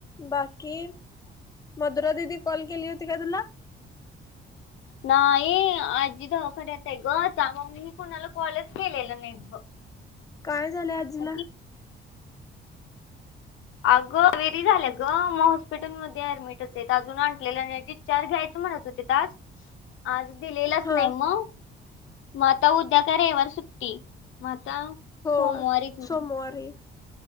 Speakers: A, on the left; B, on the left.
A: बाकी मधुरा दिदी कॉल केली होती का तुला?
B: नाही आजी दवाखान्यात आहे ग त्या मग मी कुणाला कॉल केलेलं नाही बघ.
A: काय झालंय आजीला.
B: आजी, अगं व्हेरी झाले गं, मग हॉस्पिटल मध्ये ऍडमिटच आहेत अजून आणलेलं नाही. चार घ्यायचं म्हणत होते त आज आज दिलेलंच
A: हा
B: नाही मग मग आता काय उद्या का रविवार सुट्टी मग आता
A: होय
B: सोमवारीच मग.
A: सोमवारी.